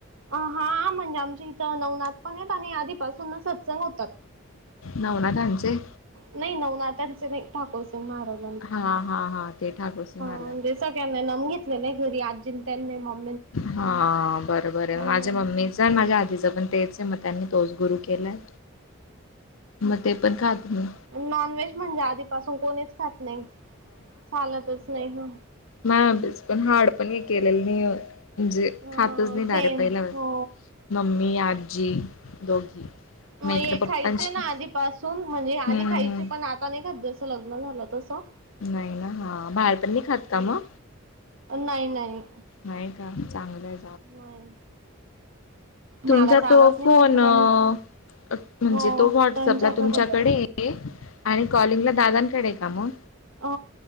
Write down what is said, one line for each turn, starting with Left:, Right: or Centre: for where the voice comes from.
Right: अ हां म्हणजे आमच्या इथं नवनाथ पण आहेत आणि आधीपासून सत्संग होतात
Left: नवनाथांचे?
Right: नाही नवनाथांचे नाही ठाकूर सिंग महाराज
Left: हा हा हा ते ठाकूरसिंग महाराज.
Right: म्हणजे सगळ्यांना नाम घेतले नाही घरी आजी त्यांन नाम
Left: हा बरोबर ये
Right: हम्म
Left: माझे मम्मी जर माझ्या आधीच पण तेच आहे मग त्यांनी तोच गुरु केलाय. म ते पण खात नाही.
Right: नॉन व्हेज म्हणजे आधीपासून कोणीच खात नाही चालतच नाही ह
Left: माय पण हार्ड पण हे केलेलं नाही म्हणजे
Right: अ
Left: खातच नाही डारे
Right: सेम
Left: पहिल्यावत
Right: हो
Left: मम्मी, आजी दोघी
Right: म
Left: मग इकडे
Right: हे
Left: पप्पांशी
Right: खायचे ना आधीपासून म्हणजे
Left: हम्म
Right: आधी खायचे
Left: हम्म
Right: पण आत आता नाही खात जसं लग्न झालं तसं
Left: नाही ना हा बाहेर पण नाही खात का म?
Right: नाही नाही.
Left: नाही का चांगलंये.
Right: नाही.
Left: तुमचा
Right: मला चालत
Left: तो
Right: नाही
Left: फोन
Right: म्हटलं पण
Left: अ म्हणजे
Right: हो
Left: तो व्हॉट्सअपला
Right: त्यांच्याकडे
Left: तुमच्याकडे आणि कॉलिंग ला दादांकडे का म?
Right: हो